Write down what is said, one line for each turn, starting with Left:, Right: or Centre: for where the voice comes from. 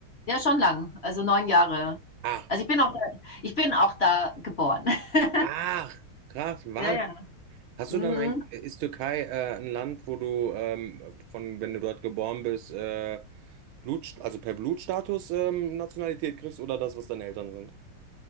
Left: Ja, schon lang. Also neun Jahre.
Right: Ah.
Left: Also ich bin auch da, ich bin auch da geboren. <laughs>
Right: Ach, krass, Wahnsinn.
Left: Ja, ja.
Right: Hast
Left: Mhm.
Right: du dann ein, ist Türkei äh, ein Land, wo du ähm, von, wenn du dort geboren bist, äh, Blut, also per Blutstatus ähm, Nationalität kriegst oder das, was deine Eltern sind?